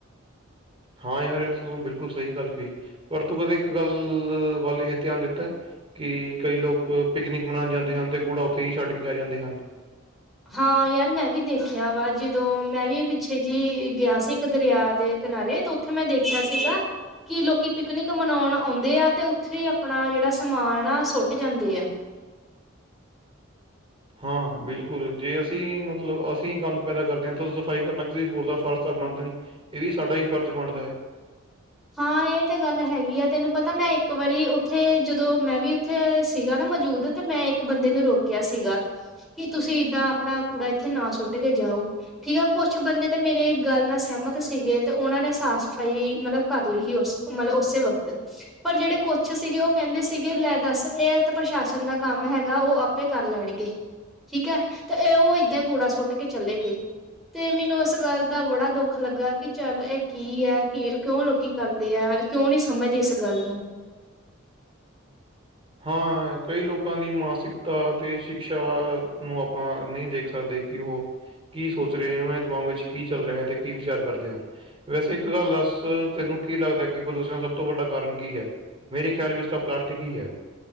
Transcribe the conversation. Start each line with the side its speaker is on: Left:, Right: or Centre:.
Right: ਹਾਂ ਯਾਰ ਐ ਤੂੰ ਬਿਲਕੁਲ ਸਈ ਗੱਲ ਕਈ, ਪਰ ਤੂੰ ਕਦੇ ਇੱਕ ਗੱਲ ਵੱਲ ਏਹ ਧਿਆਨ ਦਿੱਤੈ ਕਿ ਕਈ ਲੋਕ ਪਿਕਨਿਕ ਮਨਾਣ ਜਾਂਦੇ ਹਨ ਤੇ ਕੂੜਾ ਓਥੇ ਈ ਛੱਡ ਕੇ ਆ ਜਾਂਦੇ ਹਨ।
Centre: ਹਾਂ ਯਾਰ ਮੈਂ ਵੀ ਦੇਖਿਆ ਵਾ, ਜਿਦੋਂ ਮੈਂ ਵੀ ਪਿੱਛੇ ਜੀ ਗਿਆ ਸੀ, ਇੱਕ ਦਰਿਆ ਦੇ ਕਿਨਾਰੇ ਤੋ ਓਥੇ ਮੈਂ ਦੇਖਿਆ ਸੀਗਾ ਕਿ ਲੋਕੀ ਪਿਕਨਿਕ ਮਨੌਣ ਆਉਂਦੇ ਆ ਤੇ ਉੱਥੇ ਹੀ ਆਪਣਾ ਜੇੜਾ ਸਮਾਨ ਆ ਸੁੱਟ ਜਾਂਦੇ ਆ।
Right: ਹਾਂ ਬਿਲਕੁਲ ਜੇ ਅਸੀਂ ਮਤਲਬ ਅਸੀਂ ਗੰਦ ਪੈਦਾ ਕਰਦੇ ਆਂ ਤੋ ਸਫਾਈ ਕਰਨਾ ਕਿਸੇ ਹੋਰ ਦਾ ਫਰਜ ਤਾਂ ਬਣਦਾ ਨਈ। ਏ ਵੀ ਸਾਡਾ ਈ ਫਰਜ਼ ਬਣਦੈ।
Centre: ਹਾਂ ਏ ਤੇ ਗੱਲ ਹੈਗੀ ਆ। ਤੇਨੂੰ ਪਤਾ ਮੈਂ ਏੱਕ ਵਾਰੀ ਉੱਥੇ ਜਦੋਂ ਮੈਂ ਵੀ ਉੱਥੇ ਸੀਗਾ ਨਾ ਮੌਜੂਦ ਤੇ ਮੈਂ ਇੱਕ ਬੰਦੇ ਨੂੰ ਰੋਕਿਆ ਸੀਗਾ ਕਿ ਤੁਸੀ ਇਦਾਂ ਆਪਣਾ ਕੂੜਾ ਇੱਥੇ ਨਾ ਸੁੱਟ ਕੇ ਜਾਓ। ਠੀਕ ਆ, ਕੋਛ ਬੰਦੇ ਤੇ ਮੇਰੇ ਗੱਲ ਨਾਲ ਸਹਿਮਤ ਸੀਗੇ ਤੇ ਓਨਾਂ ਨੇ ਸਾਫ਼ ਸਫ਼ਾਈ ਮਤਲਬ ਕਰ ਲੀ ਹੀ ਓਸ ਮਤਲਬ ਓਸੇ ਵਕਤ ਪਰ ਜੇੜੇ ਕੋਛ ਸੀਗੇ ਓ ਕੈਂਦੇ ਸੀਗੇ ਲੈ ਦੱਸ ਏ ਤਾਂ ਪ੍ਰਸ਼ਾਸਨ ਦਾ ਕੰਮ ਹੈਗਾ ਓ ਆ। ਪੇ ਕਰ ਲੈਣਗੇ। ਠੀਕ ਐ ਤੇ ਏ ਓ ਏਦਾਂ ਈ ਕੁੜਾ ਸੁੱਟ ਕੇ ਚਲੇ ਗਏ ਤੇ ਮੈਨੂੰ ਓਸ ਗੱਲ ਦਾ ਬੜਾ ਦੁੱਖ ਲੱਗਾ ਐ ਕਿ ਚੱਲ ਏ ਕੀ ਐ ਕਿ ਕਿਓਂ ਲੋ ਕੀ ਕਰਦੇ ਆ। ਕਿਓਂ ਨੀ ਸਮਝਦੇ ਇਸ ਗੱਲ ਨੂੰ।
Right: ਹਾਂ, ਕਈ ਲੋਕਾਂ ਦੀ ਮਾਸਿਕਤਾ ਅਤੇ ਸ਼ਿਕਸ਼ਾ ਨੂੰ ਆਪਾਂ ਨਈ ਦੇਖ ਸਕਦੇ ਕਿ ਓ ਕੀ ਸੋਚ ਰਏਂ ਓਨਾਂ ਦੇ ਦਮਾਗ ਵਿੱਚ ਕੀ ਚੱਲ ਰਿਹੈ ਤੇ ਕੀ ਵਿਚਾਰ ਕਰਦੇ ਹਨ। ਵੈਸੇ ਇੱਕ ਗੱਲ ਦੱਸ ਤੈਨੂੰ ਕੀ ਲੱਗਦਾ ਕਿ ਪ੍ਰਦੂਸ਼ਨ ਸਭ ਤੋਂ ਵੱਡਾ ਕਾਰਨ ਕੀ ਐ? ਮੇਰੇ ਖਿਆਲ ਵਿੱਚ ਤਾਂ ਪਲਾਸ਼ਟਿਕ ਈ ਐ।